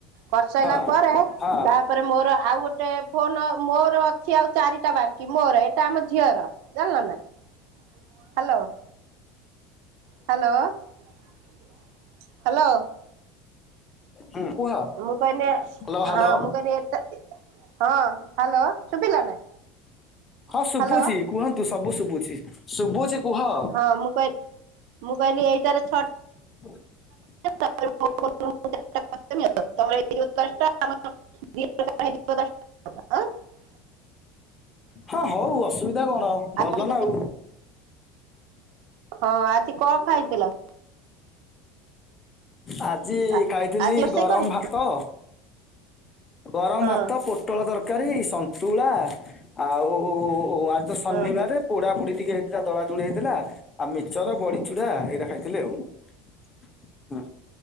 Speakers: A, on the right; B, on the left.
A: କରିସାରିଲା
B: ହଁ
A: ପରେ
B: ହଁ
A: ତାପରେ ମୋର ଆଉ ଗୋଟେ ଫୋନ ମୋର ଅଛି ଆଉ ଚାରିଟା ବାକି ମୋର ଏଇଟା ଆମ ଝିଅର ଜାଣିଲ ନା ହ୍ୟାଲୋ ହ୍ୟାଲୋ ହ୍ୟାଲୋ।
B: ହୁଁ କୁହ
A: ମୁଁ କହିଁଲି
B: ହ୍ୟାଲୋ ହ୍ୟାଲୋ
A: ହଁ ମୁଁ କହିନି ହଁ ହ୍ୟାଲୋ ସୁଭିଲା ନା?
B: ହଁ
A: ହ୍ୟାଲୋ
B: ଶୁଭୁଛି କୁହନ୍ତୁ ସବୁ ଶୁଭୁଛି ଶୁଭୁଛି କୁହ।
A: ତ ମୁ କହିଲି ମୁଁ କହିଲି ଏଇଟାରେ ଛ
B: <inaudible>
A: <unintelligible> ମ <unintelligible>
B: ହଁ ହୋଉ ଅସୁବିଧା କଣ ଭଲ
A: ଆଜି
B: ନା ଆଉ।
A: ହଁ ଆଜିି କଣ ଖାଇଥିଲ?
B: ଆଜି
A: ଆ
B: ଖାଇଥିଲି
A: ଆଜି ରୋଷେଇ
B: ଗରମ
A: କଣ ହେଇଥିଲା?
B: ଭାତ ଗରମ
A: ହଁ
B: ଭାତ ପୋଟଳ ତରକାରୀ ସନ୍ତୁଳା ଆଉ ଓ ଆଜି ତ ଶନିବାରେ
A: ହଁ
B: ପୋଡା ପୋଡି ଟିକେ ହେଇଥିଲା ଦଳା ଦୁଳି ହେଇଥିଲା ଆଉ ମିଚର ବଡିଚୁଡା ଟା ଖାଇଥିଲି ଆଉ ହ